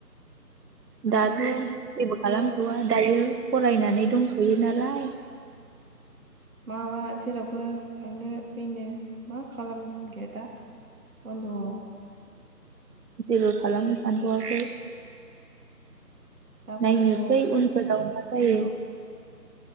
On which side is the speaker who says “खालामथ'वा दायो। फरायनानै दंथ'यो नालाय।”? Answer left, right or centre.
Right